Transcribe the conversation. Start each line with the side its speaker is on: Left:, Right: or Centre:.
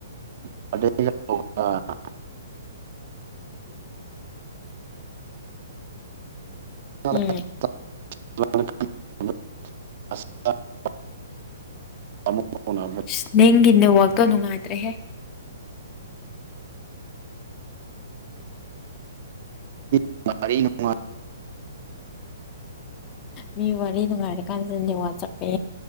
Right: <unintelligible> <unintelligible> <unintelligible>
Left: ꯎꯝ
Right: <unintelligible>
Left: ꯏꯁ ꯅꯪꯒꯤ ꯅꯦꯋꯥꯛꯇꯣ ꯅꯨꯡꯉꯥꯏꯇ꯭ꯔꯦꯍꯦ
Right: <unintelligible>
Left: ꯃꯤ ꯋꯥꯔꯤ ꯅꯨꯡꯉꯥꯏꯔꯀꯥꯟꯖꯤꯗ ꯅꯦꯋꯥꯛ ꯆꯞꯄꯦ